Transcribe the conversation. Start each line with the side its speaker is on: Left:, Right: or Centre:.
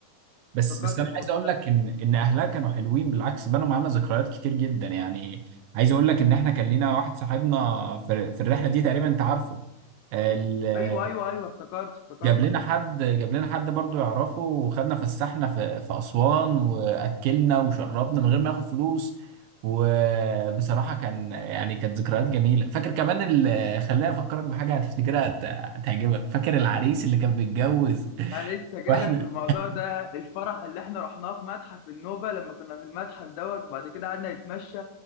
Right: بس
Left: افتكرت
Right: بس انا
Left: الموضوع
Right: عايز اقول
Left: ده
Right: لك ان ان اهلها كانوا حلوين بالعكس بنوا معانا ذكريات كتير جدا يعني عايز اقول لك ان احنا كان لينا واحد صاحبنا في, في الرحله دي تقريبا انت عارفه ال-
Left: ايوه ايوه ايوه افتكرت افتكرت
Right: جاب لنا حد جاب لنا حد برضو يعرفه وخدنا فسحنا في, في اسوان واكلنا وشربنا من غير ما ياخد فلوس وبصراحه كان يعني كانت ذكريات جميله فاكر كمان ال- خليني افكرك بحاجه هتفتكرها هت- هتعجبك فاكر العريس اللي كان بيتجوز
Left: انا لسه
Right: <laughs>
Left: جاي
Right: واحنا
Left: لك في الموضوع ده الفرح اللي احنا رحناه في متحف النوبه لما كنا في المتحف دوت وبعد كده قعدنا نتمشى